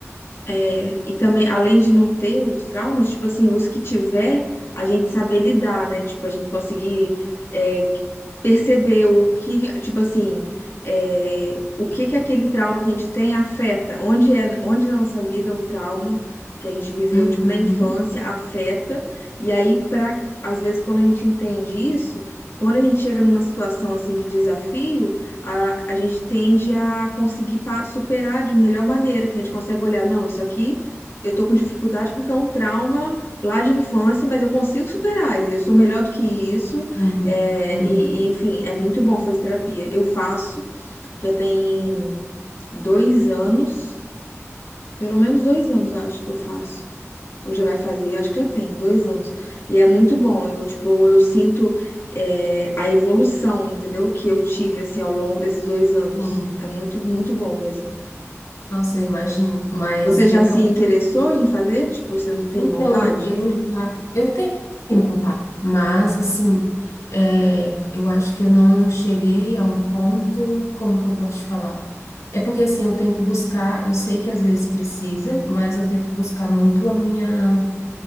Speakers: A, on the left (about 55°); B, on the left (about 75°).
A: É, e também, além de não ter os traumas, tipo assim, os que tiver, a gente saber lidar, né? Tipo, a gente conseguir é, perceber o que, tipo assim, é, o que que aquele trauma que a gente tem afeta, onde é, onde na nossa vida o trauma que a gente viveu,
B: Uhum,
A: tipo, na infância
B: sim,
A: afeta, e aí, pra, às vezes, quando a gente entende isso, quando a gente chega numa situação, assim, de desafio, a, a gente tende a conseguir pa- superar de melhor maneira, que a gente consegue olhar, não, isso aqui eu tô com dificuldade porque é um trauma lá de infância, mas eu consigo superar, e eu sou melhor do que isso,
B: Uhum.
A: é,
B: Uhum.
A: e, e, enfim, é muito bom fazer terapia. Eu faço, já tem dois anos, pelo menos dois anos, eu acho que eu faço. Ou já vai fazer, acho que já tem dois anos. E é muito bom. Eu, tipo, eu sinto é, a evolução, entendeu? Que eu tive, assim, ao longo desses dois anos.
B: sim.
A: É muito, muito bom mesmo.
B: Nossa, eu imagino. Mas
A: Você
B: teve
A: já se
B: algum
A: interessou em fazer? Tipo, você não tem
B: Então,
A: vontade?
B: eu já, eu tenho vontade, mas assim, é, eu acho que eu não cheguei a um ponto, como que eu posso te falar? É porque assim, eu tento buscar, eu sei que às vezes precisa, mas eu tento buscar muito a minha,